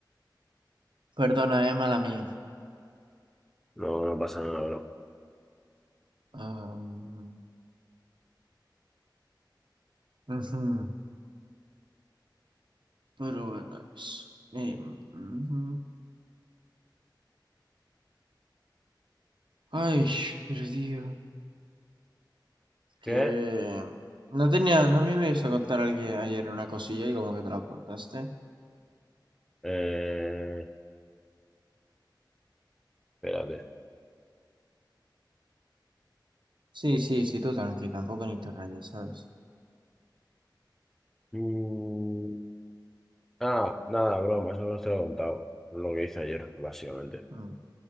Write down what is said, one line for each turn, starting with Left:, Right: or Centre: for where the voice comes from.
Right: Perdona, eh, mala mía.
Centre: No, no pasa nada, bro.
Right: Am, ujú. Pero bueno, eso eh, ujú. Ay, perdido. Que
Centre: ¿Qué?
Right: no tenía, no me ibas a contar alguien ayer una cosilla y como que te la aportaste.
Centre: Eh, espérate.
Right: Sí, sí, sí, tú tranqui, tampoco ni te rayes, ¿sabes?
Centre: Mm, ah, nada, bro, más o menos te lo he contado. Lo que hice ayer, básicamente.
Right: Mm.